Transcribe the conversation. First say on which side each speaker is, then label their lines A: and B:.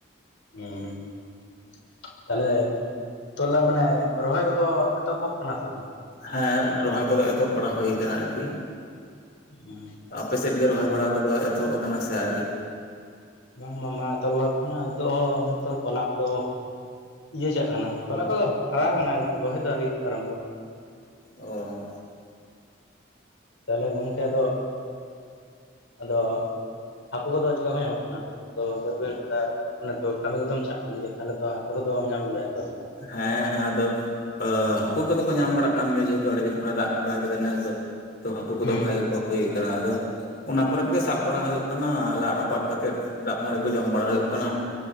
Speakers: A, on the left (about 80°); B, on the left (about 50°).
A: ᱦᱩᱸ ᱾ ᱛᱟᱦᱚᱞᱮ ᱛᱚᱞᱟ ᱢᱟᱱᱮ ᱨᱚᱦᱚᱭ ᱠᱚᱫᱚ ᱮᱛᱚᱦᱚᱵ ᱠᱟᱱᱟ ᱥᱮ ᱵᱟᱝ?
B: ᱦᱮᱸ ᱨᱚᱦᱚᱭ ᱠᱚᱫᱚ ᱮᱛᱚᱦᱚᱵ ᱵᱟᱲᱟ ᱦᱳᱭ ᱟᱠᱟᱱᱟ ᱟᱨ ᱠᱤ
A: ᱦᱩᱸ ᱾
B: ᱟᱯᱮ ᱥᱮᱫ ᱜᱮ ᱨᱚᱦᱚᱭ ᱵᱟᱲᱟ ᱠᱚᱫᱚ ᱮᱛᱚᱦᱚᱵ ᱟᱠᱟᱱᱟ ᱥᱮ ᱟᱹᱣᱨᱤ?
A: ᱵᱟᱝ ᱵᱟᱝ ᱮᱛᱚᱦᱚᱵ ᱠᱟᱱᱟ ᱱᱤᱛᱚᱜ ᱦᱚᱸ ᱱᱤᱛ ᱛᱚᱞᱟ ᱠᱚᱫᱚ ᱤᱭᱟᱹ ᱪᱟᱜ ᱠᱟᱱᱟ ᱛᱚᱞᱟ ᱠᱚᱫᱚ ᱦᱟᱨᱟ ᱟᱠᱟᱱᱟ ᱨᱚᱦᱚᱭ ᱫᱚ ᱟᱣᱨᱤ ᱟᱨᱟᱢᱵᱚᱜᱼᱟ,
B: ᱚᱸ
A: ᱛᱟᱦᱚᱞᱮ ᱜᱚᱢᱠᱮ ᱟᱫᱚ, ᱟᱫᱚ ᱦᱟᱹᱠᱩ ᱠᱚᱫᱚ ᱪᱮᱠᱟ ᱠᱚ ᱧᱟᱢᱚᱜ ᱠᱟᱱᱟ ᱟᱯᱮ ᱥᱮᱫᱚ ᱵᱟᱹᱫ ᱵᱟᱹᱭᱦᱟᱹᱲ ᱠᱚ ᱦᱮᱸ ᱚᱱᱮ ᱛᱚ ᱠᱟᱹᱢᱤ ᱠᱚᱫᱚᱢ ᱪᱟᱜ ᱠᱟᱱ ᱜᱮᱭᱟ ᱛᱟᱦᱚᱞᱮ ᱛᱚ ᱦᱟᱹᱠᱩ ᱠᱚᱫᱚᱢ ᱧᱟᱢ ᱵᱟᱲᱟᱭᱮᱫ ᱠᱚᱣᱟ ᱥᱮ ᱵᱟᱝ?
B: ᱦᱮᱸ ᱦᱮᱸ ᱟᱫᱚ ᱾ ᱟᱹ ᱦᱟᱹᱠᱩ ᱠᱚᱫᱚ ᱠᱚ ᱧᱟᱢ ᱵᱟᱲᱟᱜ ᱠᱟᱱ ᱜᱮᱭᱟ ᱡᱮᱦᱮᱛᱩ ᱟᱹᱰᱤ ᱫᱤᱱ ᱠᱷᱚᱱᱮ ᱫᱟᱜ ᱵᱟᱲᱟ ᱠᱮᱫᱟ ᱱᱮᱥ ᱫᱚ, ᱛᱚ ᱦᱟᱹᱠᱩ ᱠᱚᱫᱚ
A: ᱦᱩᱸ
B: ᱵᱷᱟᱹᱜᱤ ᱠᱚ ᱦᱩᱭ ᱟᱠᱟᱱᱟ ᱟᱫᱚ ᱚᱱᱟ ᱠᱚᱨᱮ ᱜᱮ ᱥᱟᱵ ᱵᱟᱲᱟ ᱦᱩᱭᱩᱜ ᱠᱟᱱᱟ ᱞᱟᱫ ᱨᱟᱯ ᱞᱟᱫ ᱠᱟᱛᱮᱫ ᱫᱟᱜ ᱢᱟᱹᱲᱤ ᱠᱚ ᱡᱚᱢ ᱵᱟᱲᱟ ᱦᱩᱭᱩᱜ ᱠᱟᱱᱟ